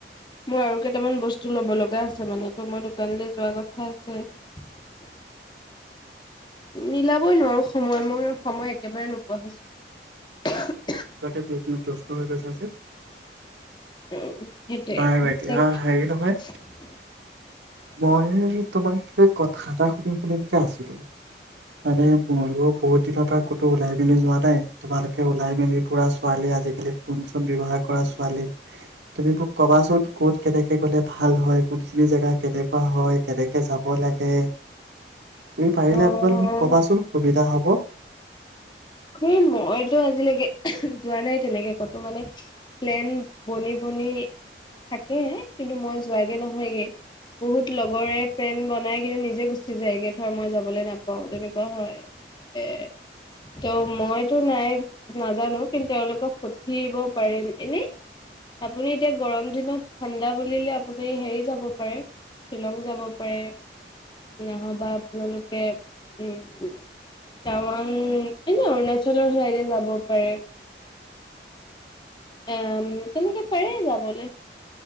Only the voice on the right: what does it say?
তাকে টো তুমি ব্যস্ত হৈ গৈছা যে।
বাৰু এতিয়া হেৰি নহয়
মই তোমাক এটা কথা এটা শুধু। ফালেতি <unintelligible> আছিলো। মানে মইয়ো বহুত দিনৰ পৰা ক'তো ওলাই মেলি যোৱা নাই তোমালোকে ওলাই মেলি পুৰা ছোৱালী আজিকালি ফোন চোন ব্যৱহাৰ কৰা ছোৱালী তুমি মোক কবাচোন। ক'ত কেনেকে গ'লে ভাল হয় কোন খিনি জেগা কেনেকুৱা হয়? কেনেকে যাব লাগে। তুমি পাৰিলে
অকণমান মোক কবাচোন সুবিধা হ'ব।